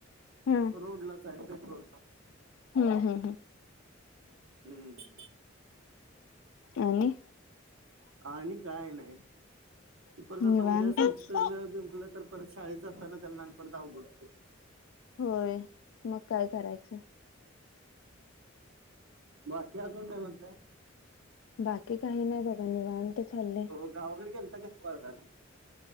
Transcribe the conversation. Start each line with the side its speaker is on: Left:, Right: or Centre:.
Left: हम्म
Right: रोडलाच हाय, मेन रोडला.
Left: हम्म हम्म
Right: हंह.
Left: आणि.
Right: आणि काय नाही. ते परत आता
Left: निवांत
Right: उद्या संपत गं बिंपलं तर परत शाळेत जाताना त्यांना परता अवघड होतय.
Left: होय, मग काय करायचं.
Right: बाकी अजून काय म्हणता?
Left: बाकी काही नाही बघा निवांत चाललय.
Right: हो गावाकड गेलता काय? वाळव्याला?